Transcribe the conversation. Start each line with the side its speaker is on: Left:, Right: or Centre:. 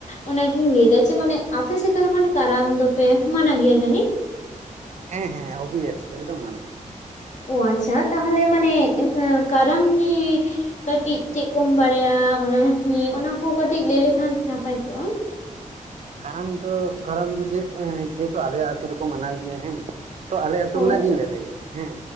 Left: ᱚᱱᱟᱜᱤᱧ ᱞᱟᱹᱭ ᱮᱫᱟ ᱡᱮ ᱢᱟᱱᱮ ᱟᱯᱮ ᱥᱮᱫ ᱫᱚ ᱱᱟᱠᱷᱟᱱ ᱠᱟᱨᱟᱢ ᱫᱚᱯᱮ ᱢᱟᱱᱟ ᱜᱮᱭᱟ ᱡᱟᱹᱱᱤᱡ
Right: ᱦᱮᱸ ᱦᱮᱸ ᱚᱵᱤᱭᱥ ᱮᱠᱫᱚᱢ ᱢᱟᱱ
Left: ᱚ ᱟᱪᱪᱷᱟ ᱛᱟᱦᱚᱞᱮ ᱢᱟᱱᱮ ᱠᱟᱨᱟᱢ ᱱᱤᱭᱮ ᱠᱟᱹᱴᱤᱡ ᱪᱮᱫ ᱠᱚ ᱠᱚᱢ ᱵᱟᱲᱟᱭᱟ ᱚᱱᱟ ᱱᱤᱭᱮ ᱚᱱᱟ ᱠᱚ ᱠᱟᱹᱴᱤᱡ ᱞᱟᱹᱭ ᱞᱮᱠᱷᱟᱱ ᱱᱟᱯᱟᱭ ᱠᱚᱜᱼᱟ
Right: ᱠᱟᱨᱟᱢ ᱫᱚ ᱠᱟᱨᱟᱢ ᱫᱚ ᱡᱮ ᱡᱮᱦᱮᱛᱩ ᱟᱞᱮᱭᱟᱜ ᱟᱹᱛᱩ ᱨᱮᱠᱚ ᱢᱟᱱᱟᱣ ᱜᱮᱭᱟ ᱦᱮᱸ ᱛᱚ ᱟᱞᱮ ᱟᱹᱛᱩ
Left: ᱦᱳᱭ
Right: ᱨᱮᱱᱟᱜ ᱜᱤᱧ ᱞᱟᱹᱭ ᱞᱮᱜᱮ ᱦᱮᱸ